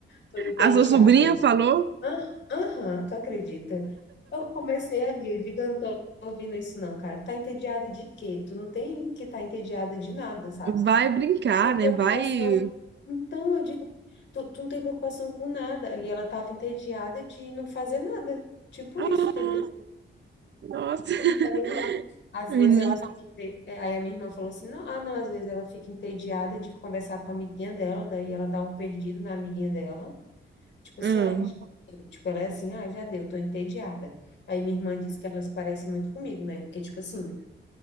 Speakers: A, on the left (about 65°); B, on the right (about 60°).
A: tô entediada.
B: A sua sobrinha
A: Aí,
B: falou,
A: "Ah, Aham, tu acredita? Eu comecei a rir. Eu digo: Eu não tô ouvindo isso, não, cara. Tá entediada de quê? Tu não tem que estar tá entediada de nada, sabe?
B: vai brincar,
A: Tem
B: né,
A: preocupação.
B: vai...
A: Então, eu digo: tu, tu não tem preocupação com nada. E ela tava entediada de não fazer nada. Tipo
B: Ah,
A: isso, entendeu?
B: nossa, <laughs>
A: não fazer nada. Às
B: menino.
A: vezes ela fica. ente- é, Aí a minha irmã falou assim: não, ah, não, às vezes ela fica entediada de conversar com a amiguinha dela, daí ela dá um perdido na amiguinha dela. Tipo assim,
B: Ah,
A: ai, j- tipo, ela é assim, ah, já deu, tô entediada. Aí minha irmã disse que elas parecem muito comigo, né? Porque, tipo assim,